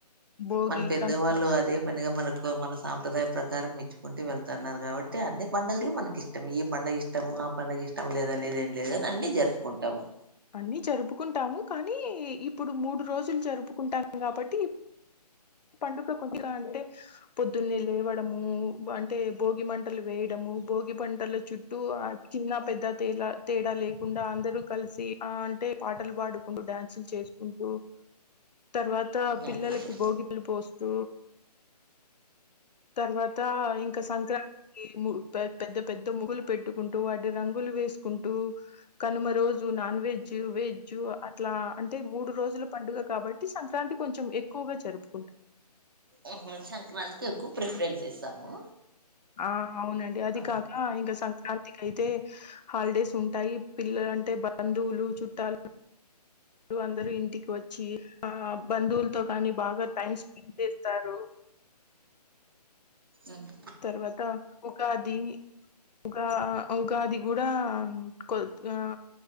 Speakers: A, on the left; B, on the right.
A: భోగి,
B: మన పెద్దవాళ్ళు
A: కనుమ
B: అదే పనిగా మనకు మన సాంప్రదాయ ప్రకారం ఇచ్చుకుంటూ వెళ్తున్నారు కాబట్టి అన్ని పండగలు మనకి ఇష్టమే ఈ పండగ ఇష్టము ఆ పండగ ఇష్టం లేదనేది ఏం లేదు గాని అన్ని జరుపుకుంటాము
A: అన్నీ జరుపుకుంటాము. కానీ ఇప్పుడు మూడు రోజులు జరుపుకుంటాం కాబట్టి పండుగ కొద్దిగా అంటే పొద్దున్నే లేవడము అంటే భోగి మంటలు వేయడము భోగి పంటల చుట్టూ చిన్న పెద్ద తేలా తేడా లేకుండా అందరుూ కలిసి ఆ అంటే పాటలు పాడుకుంటూ డ్యాన్సులు చేసుకుంటూ తర్వాత
B: ఇంకా
A: పిల్లలకి
B: అదే అదే
A: భోగి స్తూ తర్వాత ఇంకా సంక్రాంతి ఏమో పె పెద్ద పెద్ద ముగ్గులు పెట్టుకుంటూ వాటి రంగులు వేసుకుంటూ కనుమ రో జు నాన్ వెజ్జు వెజ్జు అట్లా అంటే మూడు రోజులు పండుగ కాబట్టి సంక్రాంతి కొంచెం ఎక్కువ గా జరుపు
B: ఆహా సంక్రాంతికి ఎక్కువ ప్రిఫరెన్స్ ఇస్తాము
A: ఆ అవునండి అది
B: అదే
A: కాక ఇంకా సం క్రాంతికి అయితే హాలిడేస్ ఉంటాయి పిల్లలంటే బంధువులు చుట్టాలు అందరుూ ఇంటికి వచ్చి ఆ బంధువులతో కానీ బాగా టైమ్ ఏం చేస్తారు
B: ఉమ్
A: తర్వాత ఉగాది ఉగా ఉగాది కూడా కొద్గా